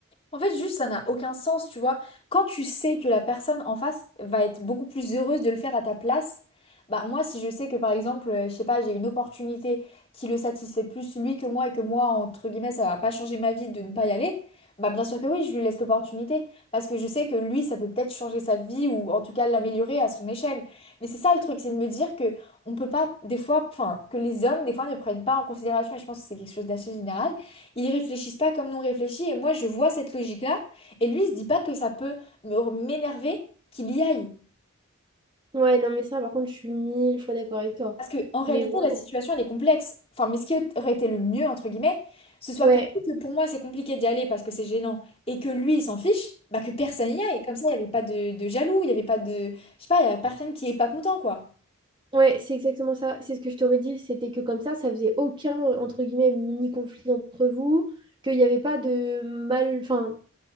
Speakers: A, on the left; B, on the right.
A: En fait, juste, ça n'a aucun sens, tu vois. Quand tu sais que la personne en face va être beaucoup plus heureuse de le faire à ta place, bah moi, si je sais que par exemple, euh, je sais pas, j'ai une opportunité qui le satisfait plus lui que moi et que moi, entre guillemets, ça va pas changer ma vie de ne pas y aller, bah bien sûr que oui, je lui laisse l'opportunité parce que je sais que lui, ça peut peut-être changer sa vie ou en tout cas l'améliorer à son échelle. Mais c'est ça le truc, c'est de me dire que on peut pas, des fois, enfin, que les hommes, des fois, ne prennent pas en considération, et je pense que c'est quelque chose d'assez général ils réfléchissent pas comme nous on réfléchit et moi je vois cette logique-là et lui il se dit pas que ça peut me- m'énerver qu'il y aille.
B: Ouais, non, mais ça, par contre, je suis mille fois d'accord avec toi.
A: Parce que en réalité
B: Mais vraiment,
A: la situation elle est complexe. Enfin mais ce qui aurait été le mieux entre guillemets, ce soit
B: ouais.
A: que, vu que pour moi c'est compliqué d'y aller parce que c'est gênant et que lui il s'en fiche, bah que personne y aille. Comme ça il n'y avait pas de, de jaloux, il n'y avait pas de... Je sais pas, il n'y avait personne qui est pas content quoi.
B: Ouais, c'est exactement ça. C'est ce que je t'aurais dit. C'était que comme ça, ça faisait aucun, entre guillemets, mini-conflit entre vous, qu'il n'y avait pas de mal, enfin,